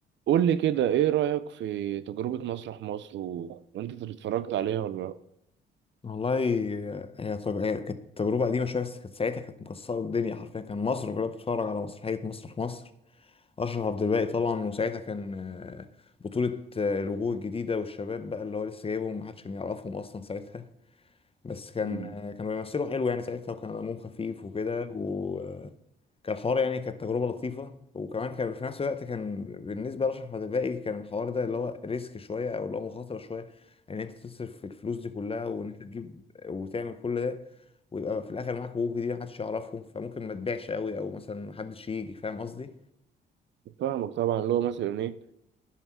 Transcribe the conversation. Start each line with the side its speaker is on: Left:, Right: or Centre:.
Right: قول لي كده ايه رأيك في تجربة مسرح مصر و... وانت اتفرجت عليها ولا لا
Left: والله هي طب هي كانت تجربة قديمة شوية بس كانت ساعتها كانت مكسرة الدنيا حرفيا كان مصر كلها بتتفرج على مسرحية مسرح مصر أشرف عبد الباقي طبعا وساعتها كان آه، بطولة آه، الوجوه الجديدة والشباب بقى اللي هو لسه جايبهم محدش كان يعرفهم أصلا ساعتها بس كان
Right: مم.
Left: كانوا بيمثلوا حلو يعني ساعتها وكان دمهم خفيف وكده وكان الحوار يعني كانت تجربة لطيفة وكمان كان في نفس الوقت كان بالنسبة لأشرف عدلائي كان الحوار ده اللي هو ريسك شوية أو اللي هو مخاطرة شوية إن أنت تصرف الفلوس دي كلها وإن أنت تجيب وتعمل كل ده ويبقى في الآخر معاك وجوه دي محدش يعرفهم فممكن ما تبيعش قوي أو مثلا محدش يجي فاهم قصدي؟
Right: فاهمك طبعا اللي هو مثلا ايه